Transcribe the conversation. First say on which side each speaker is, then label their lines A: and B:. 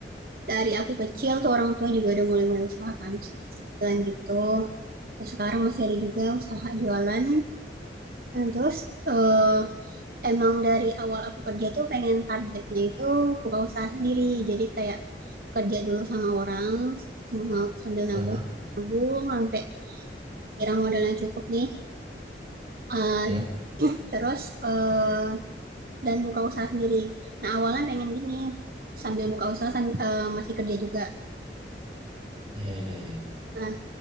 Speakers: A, on the right; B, on the right.
A: dari aku kecil tuh orang tua juga udah mulai-mulai usaha kan, kecil-kecilan gitu. Terus sekarang masih ada juga usaha jualan Nah, terus, eee, emang dari awal aku kerja tuh pengen targetnya itu buka usaha sendiri. Jadi kayak kerja dulu sama orang, sama sambil nabung
B: Aha,
A: kan, nabung sampai kira modalnya cukup nih, eee,
B: iya.
A: <clears throat> terus, eee, dan buka usaha sendiri. Nah, awalnya pengen gini, sambil buka usaha sam eee, masih kerja juga.
B: Iya iya iya.
A: Nah,